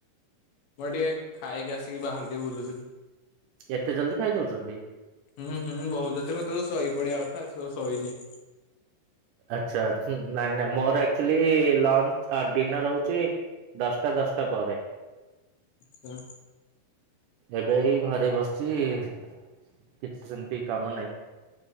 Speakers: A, on the left; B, on the right.
A: ମୋର ଟିକେ ଖାଇକି ଆସିକି ବାହାରେ ଟିକେ ବୁଲୁଥିଲି।
B: ଏତେ ଜଲଦି ଖାଇ ଦଉଚନ୍ତି।
A: ହୁଁ ହୁଁ ବହୁତ ଜଲ୍ଦି ମତେ ଏତବେଳକୁ ସହି ପଡିବା କଥା <unintelligible> ସୋଇନି।
B: ଆଛା। ନାଇଁ ନାଇଁ ମୋର ଆକଚୁଆଲି ଲଞ୍ଚ ଆ ଡିନର ହଉଚି ଦଶଟା ଦଶଟା ପରେ।
A: ହଁ
B: ଏବେ ଏଇ ଘରେ ବସିଚି କିଛି ସେମିତି କାମ ନାହିଁ।